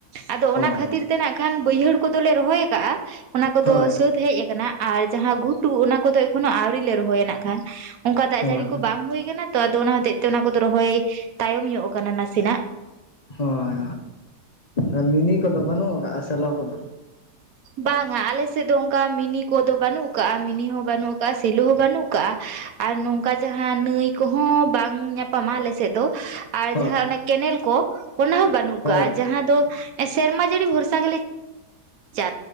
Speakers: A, on the right; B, on the left.
A: ᱟᱫᱚ
B: ᱦᱚᱸ
A: ᱚᱱᱟ ᱠᱷᱟᱹᱛᱤᱨ ᱛᱮ ᱱᱟᱜ ᱠᱷᱟᱱ ᱵᱟᱹᱭᱦᱟᱹᱲ ᱠᱚᱫᱚᱞᱮ ᱨᱚᱦᱚᱭ ᱟᱠᱟᱜᱼᱟ ᱚᱱᱟ ᱠᱚᱫᱚ
B: ᱦᱳᱭ
A: ᱥᱟᱹᱛ ᱦᱮᱡ ᱟᱠᱟᱱᱟ᱾ ᱟᱨ ᱡᱟᱦᱟᱸ ᱜᱷᱩᱴᱩ ᱚᱱᱟ ᱠᱚᱫᱚ ᱮᱠᱷᱚᱱᱳ ᱟᱣᱲ ᱞᱮ ᱨᱚᱦᱚᱭᱟ ᱱᱟᱜ ᱠᱷᱟᱱ ᱚᱱᱠᱟ ᱫᱟᱜ
B: ᱦᱳᱭ
A: ᱡᱟᱹᱲᱤ ᱠᱚ ᱵᱟᱝ ᱦᱩᱭ ᱟᱠᱟᱱᱟ ᱛᱚ ᱟᱫᱚ ᱚᱱᱟ ᱦᱚᱛᱮᱡ ᱛᱮ ᱚᱱᱟ ᱠᱚᱫᱚ ᱨᱚᱦᱚᱭ ᱛᱟᱭᱚᱢ ᱧᱚᱜ ᱟᱠᱟᱱᱟ ᱱᱟᱥᱮᱱᱟᱜ᱾
B: ᱦᱳᱭ ᱦᱳᱭ ᱢᱤᱱᱤ ᱠᱚᱫᱚ ᱵᱟᱹᱱᱩᱜ ᱟᱠᱟᱟᱜᱼᱟ ᱥᱮᱞᱚ ᱠᱚᱫᱚ᱾
A: ᱵᱟᱝᱟ ᱟᱞᱮ ᱥᱮᱫ ᱫᱚ ᱚᱱᱠᱟ ᱢᱤᱱᱤ ᱠᱚᱫᱚ ᱵᱟᱹᱱᱩᱜ ᱟᱠᱟᱜᱼᱟ ᱢᱤᱱᱤ ᱦᱚᱸ ᱵᱟᱹᱱᱩᱜ ᱟᱠᱟᱜ -ᱟ ᱾ ᱥᱮᱞᱩ ᱦᱚᱸ ᱵᱟᱹᱱᱩᱜ ᱟᱠᱟᱜ-ᱟ ᱟᱨ ᱱᱚᱝᱠᱟ ᱡᱟᱦᱟᱸ ᱱᱟᱹᱭ ᱠᱚᱦᱚᱸ ᱵᱟᱝ ᱧᱟᱯᱟᱢᱟ ᱟᱞᱮ ᱥᱮᱫ ᱫᱚ ᱟᱨ
B: ᱦᱳᱭ
A: ᱡᱟᱦᱟᱸ ᱚᱱᱮ ᱠᱮᱱᱮᱞ ᱠᱚ ᱚᱱᱟ ᱦᱚᱸ ᱵᱟ ᱵᱟᱹᱱᱩᱜ
B: ᱦᱳᱭ
A: ᱠᱟᱜᱼᱟ ᱡᱟᱦᱟᱸ ᱫᱚ ᱥᱮᱨᱢᱟ ᱡᱟᱹᱲᱤ ᱵᱷᱚᱨᱥᱟ ᱜᱮᱞᱮ ᱪᱟ